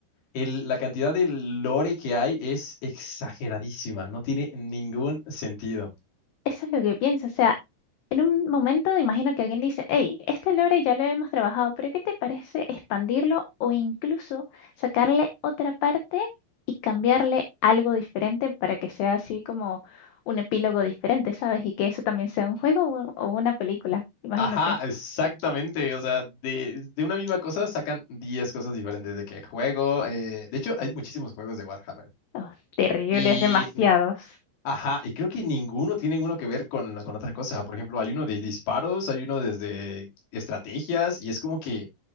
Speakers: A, on the left; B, on the left.
A: el- la cantidad de lore que hay es exageradísima, no tiene ningún sentido.
B: Eso es lo que pienso, o sea, en un momento imagino que alguien dice, hey, este lore ya lo hemos trabajado, pero ¿qué te parece expandirlo o incluso sacarle otra parte y cambiarle algo diferente para que sea así como un epílogo diferente, ¿sabes? Y que eso también sea un juego o o una película, imagínate.
A: Ajá, exactamente. O sea, de, de una misma cosa sacan 10 cosas diferentes de qué juego. eh, de hecho, hay muchísimos juegos de Warhammer.
B: Oh, terrible,
A: Y,
B: es demasiados.
A: ajá, y creo que ninguno tiene uno que ver con, la- con otra cosa. Por ejemplo, hay uno de disparos, hay uno desde estrategias, y es como que,